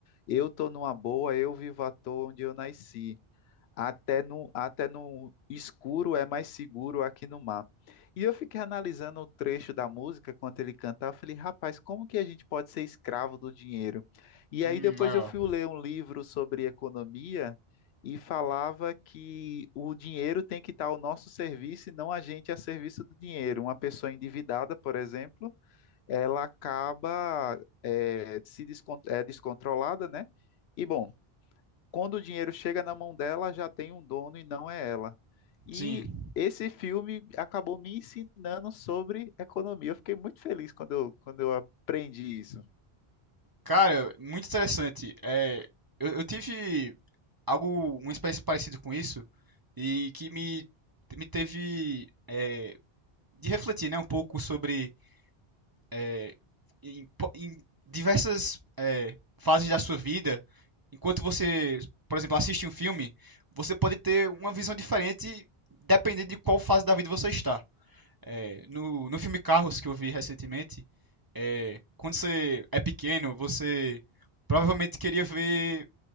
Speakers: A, on the left; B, on the right.
A: Eu tô numa boa, eu vivo à toa onde eu nasci. Até no, até no escuro é mais seguro aqui no mar. E eu fiquei analisando o trecho da música quando ele cantava. Eu falei, rapaz, como que a gente pode ser escravo do dinheiro? E
B: Hum,
A: aí depois
B: legal.
A: eu fui ler um livro sobre economia e falava que o dinheiro tem que estar ao nosso serviço e não a gente a serviço do dinheiro. Uma pessoa endividada, por exemplo, ela acaba eh, se descon- eh, descontrolada, né? E bom quando o dinheiro chega na mão dela, já tem um dono e não é ela. E
B: Sim.
A: esse filme acabou me ensinando sobre economia. Eu fiquei muito feliz quando eu, quando eu aprendi isso.
B: Cara, muito interessante. É, eu, eu tive algo, uma experiência parecida com isso e que me, me teve é, de refletir né, um pouco sobre é, em, em diversas é, fases da sua vida, enquanto você, por exemplo, assiste um filme, você pode ter uma visão diferente dependendo de qual fase da vida você está. É, no, no filme Carros que eu vi recentemente, é, quando você é pequeno, você provavelmente queria ver